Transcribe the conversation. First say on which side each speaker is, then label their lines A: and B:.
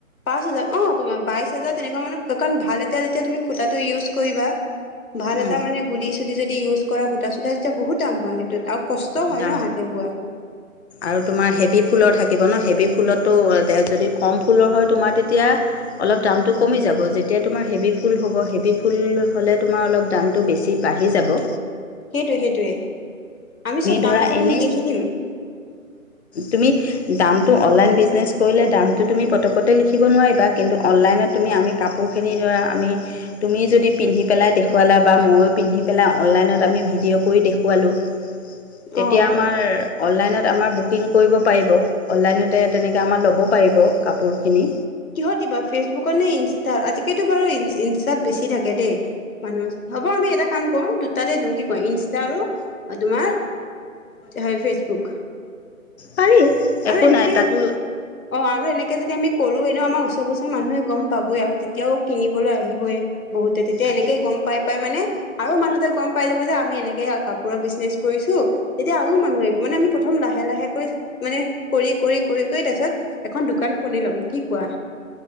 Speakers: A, on the left (about 80°); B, on the left (about 50°).
A: পাঁচ হাজাৰ অ তোমাৰ বাইশ হাজাৰ তেনেকুৱা মানত কাৰণ ভাল এটা যেতিয়া তুমি। সূতাটো ইউচ কৰিবা ভাল
B: উম,
A: এটা মানে যদি গুডি সুডি ইউচ। কৰা সূতা চূতা তেতিয়া বহুত দাম হয় সেইটোত। আৰু কষ্ট হয়
B: দাম
A: ন হাতে বোৱা
B: আৰু তোমাৰ হেভি ফুল থাকে। থাকিব নহ হেভি ফুলতো যদি কম ফুলৰ হয় তোমাৰ তেতিয়া অলপ দামটো কমি যাব। যেতিয়া তোমাৰ হেভি ফুল হ'ব হেভি ফুল হ'লে তোমাৰ অলপ দামটো বেছি বাঢ়ি যাব।
A: সেইটোৱে সেইটোৱে আমি চব
B: ধৰা
A: দাম চাম
B: এনেই
A: লিখি দিম।
B: তুমি দামটো অনলাইন বিজনেছ কৰিলে দামটো তুমি পতকতে লিখিব নোৱাৰিবা কিন্তু অনলাইন। তুমি আমি কাপোৰখিনি ধৰা আমি তুমি যদি পিন্ধি পেলাই দেখুৱালা বা মইও পিন্ধি পেলাই। অনলাইনত আমি ভিডিঅ' কৰি দেখুৱালোঁ।
A: <inaudible>
B: তেতিয়া
A: সেইটো
B: আমাৰ অনলাইনত আমাৰ বহুত। বুকিং কৰিব পাৰিব অনলাইনতে তেনেকৈ আমাৰ ল'ব পাৰিব কাপোৰখিনি।
A: কিহত দিবা ফেচবুকত নে ইনষ্টাত আজিকালিতো বাৰু ইনষ্টাত বেছি থাকে দেই মানুহ। হ'ব আমি এটা কাম কৰোঁ দুটাতে দিওঁ কি কয় ইনষ্টা আৰু তোমাৰ হয় ফেচবুক। বুক।
B: পাৰি। একো
A: আৰু এনেকে
B: নাই তাতো
A: অ, আৰু এনেকে যদি আমি। কৰোঁ এনে আমাৰ ওচৰ পাছৰৰ মানুহে গম পাবই আৰু তেতিয়া। এতিয়াও কিনিবলৈ আহিবই বহুতে তেতিয়া
B: আহি
A: এনেকে গম পাই। তাৰমানে আৰু মানুহতে গ'ম পাই যাব যে আমি এনেকে কাপোৰৰ বিজনেচ কৰিছোঁ। তেতিয়া আৰু মানুহ আহিব মানে আমি প্ৰথম লাহে লাহেকৈ। মানে কৰি কৰি কৰি কৰি তাৰপিছত এখন দোকান খুলি ল'ম কি কোৱা?